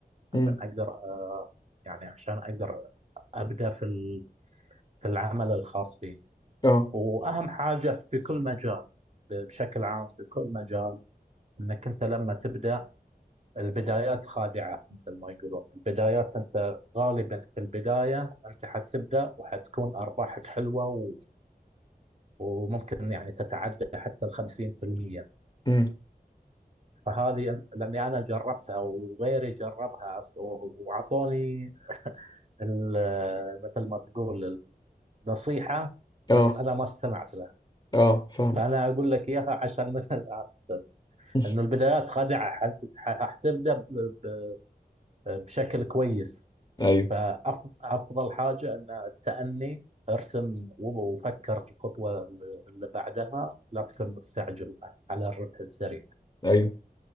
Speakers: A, on the left; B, on the right.
A: امم
B: عشان أقدر آه، يعني عشان أقدر أبدأ في ال- في العمل الخاص فيني
A: اه
B: وأهم حاجة في كل مجال بشكل عام في كل مجال أنك أنت لما تبدأ البدايات خادعة مثل ما يقولون البدايات أنت غالبا في البداية أنت حتبدأ وحتكون أرباحك حلوة و... وممكن يعني تتعدى حتى الخمسين في المية
A: امم
B: فهذه أن- لأني أنا جربتها وغيري جربها و- وعطوني ال- مثل ما تقول النصيحة
A: اه
B: بس أنا ما استمعت لها
A: اه فاهمة
B: فأنا أقول لك إياها عشان من <laughs> الآن
A: <laughs>
B: أنه البدايات خادعة حت- حتبدأ ب- ب- بشكل كويس
A: ايوه
B: فأفضل حاجة أن التأني ارسم وفكر في الخطوة اللي بعدها لا تكون مستعجل على الربح السريع
A: ايوه